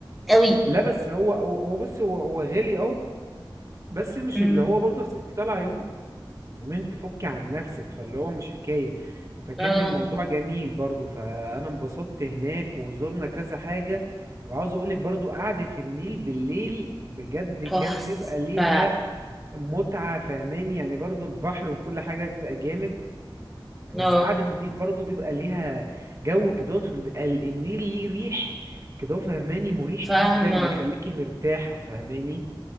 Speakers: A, in the centre; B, on the right (about 40°).
A: قوي
B: لا بس هو هو هو بص هو هو غالي اه بس مش
A: امم
B: اللي هو برضه أصل انت طالعه يوم يومين تفكي عن نفسك فاللي هو مش حكايه فكان
A: اه
B: الموضوع جميل برضه فانا انبسطت هناك وزرنا كذا حاجه وعاوز اقولك برضه قعدة النيل بالليل بجد
A: تحفه
B: كان بيبقى ليها متعة فهماني يعني برضه البحر وكل حاجة بيبقى جامد بس
A: اه
B: قعدة النيل برضه بيبقى ليها جو كده وبيبقى ال- النيل ليه ريح كده فهماني مريح
A: فاهمه
B: جدا بيخليكي مرتاحة فهماني